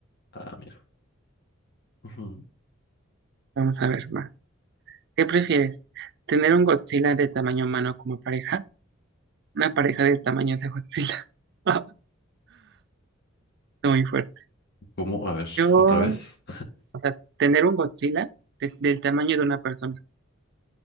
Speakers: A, on the left; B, on the right.
A: Ah, mira. Ujú.
B: Vamos a ver más. ¿Qué prefieres? ¿Tener un Godzilla de tamaño humano como pareja? Una pareja del tamaño de Godzilla. <laughs> Está muy fuerte.
A: ¿Cómo? A ver,
B: Yo,
A: ¿otra vez?
B: o sea, tener un Godzilla de- del tamaño de una persona.